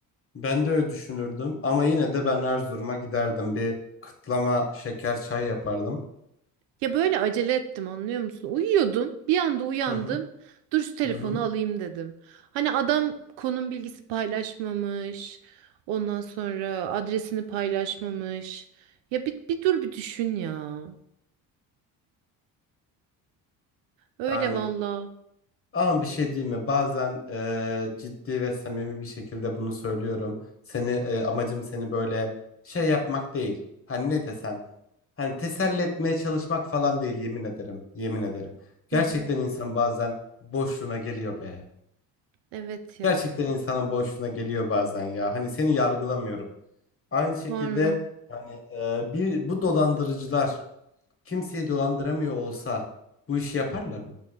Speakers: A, on the left; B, on the right.
A: Ben de öyle düşünürdüm ama yine de ben Erzurum'a giderdim. Bir kıtlama şeker çay yapardım.
B: Ya böyle acele ettim anlıyor musun? Uyuyordum. Bir anda uyandım.
A: Hı hı.
B: Dur şu telefonu
A: Hı hı.
B: alayım dedim. Hani adam konum bilgisi paylaşmamış. Ondan sonra adresini paylaşmamış. Ya bir, bir dur bir düşün ya. Öyle
A: Yani
B: valla.
A: ama bir şey diyeyim mi? Bazen eee, ciddi ve samimi bir şekilde bunu söylüyorum. Seni eee, amacım seni böyle şey yapmak değil. Hani ne desem Hani teselli etmeye çalışmak falan değil yemin ederim. Yemin ederim. Gerçekten
B: Hı hı.
A: insan bazen boşluğuna geliyor be.
B: Evet ya.
A: Gerçekten insanın boşluğuna geliyor bazen ya. Hani seni yargılamıyorum. Aynı şekilde
B: Sorma.
A: hani e, bir bu dolandırıcılar kimseyi dolandıramıyor olsa bu işi yaparlar mı?